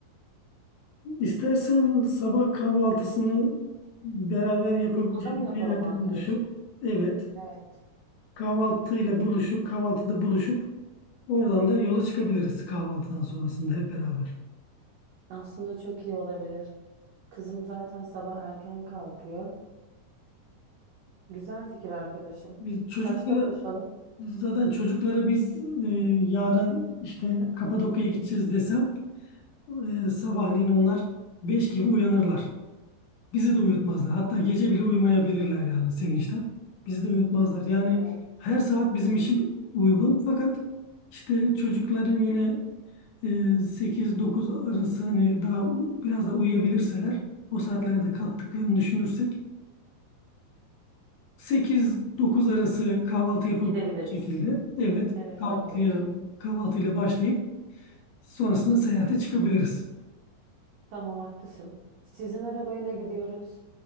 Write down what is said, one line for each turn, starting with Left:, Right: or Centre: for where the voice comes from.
Left: İstersen sabah kahvaltısını beraber yapabileceğimiz
Right: Yolda mı yapalım
Left: bir yerde
Right: arkadaşım?
Left: buluşup evet
Right: Evet.
Left: kahvaltıyla buluşup kahvaltıda buluşup oradan da yola çıkabiliriz kahvaltıdan sonrasında hep beraber.
Right: Aslında çok iyi olabilir. Kızım zaten sabah erken kalkıyor. Güzel fikir arkadaşım.
Left: Biz çocuklara
Right: Kaçta buluşalım?
Left: zaten çocuklara biz e, yarın işte Kapadokya'ya gideceğiz desem Ee, sabahleyin onlar 5 gibi uyanırlar. Bizi de uyutmazlar. Hatta gece bile uyumayabilirler yani sevinçten. Bizi de uyutmazlar. Yani
Right: Evet.
Left: her saat bizim için uygun. Fakat işte çocukların yine e, 8-9 arası hani daha u- biraz da uyuyabilirseler o saatlerde kalktıklarını düşünürsek sekiz dokuz arası kahvaltı yapabilecek
Right: Gidebiliriz.
Left: şekilde evet
Right: Evet
Left: kahvaltıya
Right: arkadaşım.
Left: kahvaltıyla başlayıp sonrasında seyahate çıkabiliriz.
Right: Tamam haklısın. Sizin arabayla gidiyoruz.